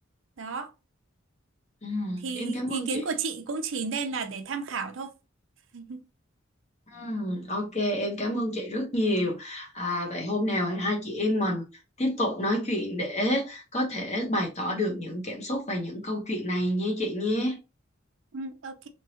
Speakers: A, on the right; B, on the left.
A: đó
B: Ừm,
A: thì
B: em cảm ơn
A: ý kiến
B: chị.
A: của chị cũng chỉ nên là để tham khảo thôi <laughs>
B: Ừm, ok, em cảm ơn chị rất nhiều. À, vậy hôm nào hai chị em mình tiếp tục nói chuyện để có thể bày tỏ được những cảm xúc và những câu chuyện này nha chị nhé.
A: ừ, ok